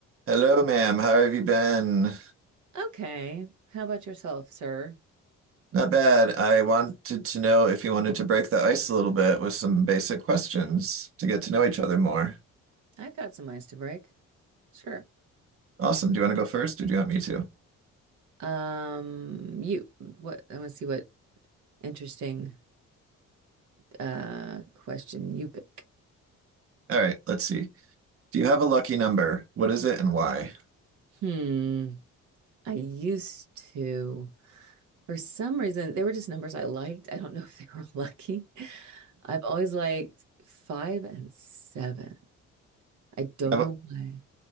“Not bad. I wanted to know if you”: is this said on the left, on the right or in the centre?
Right